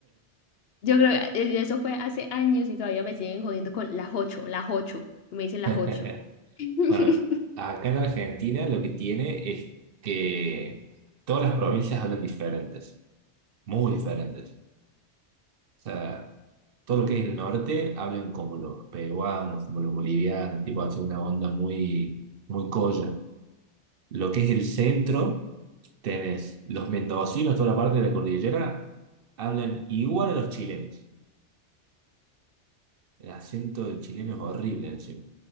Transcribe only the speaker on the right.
<laughs>
Bueno, acá en Argentina lo que tiene es que todas las provincias hablan diferentes. Muy diferentes. O sea, todo lo que es el norte hablan como los peruanos, como los bolivianos, tipo, hace una onda muy, muy colla. Lo que es el centro. Tenés los mendocinos, toda la parte de la cordillera, hablan igual a los chilenos. El acento del chileno es horrible encima.